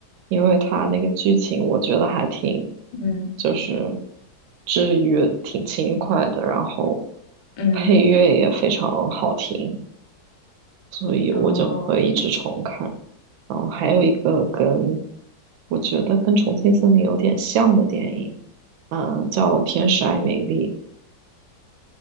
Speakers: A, on the right; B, on the left.
A: 因为他那个剧情，我觉得还挺
B: 嗯
A: 就是治愈、挺轻快的，然后
B: 嗯，
A: 配乐也非常好听，所以我就会一直重看。
B: 哦
A: 然后还有一个跟我觉得跟《重庆森林》有点像的电影，嗯、叫《天使爱美丽》。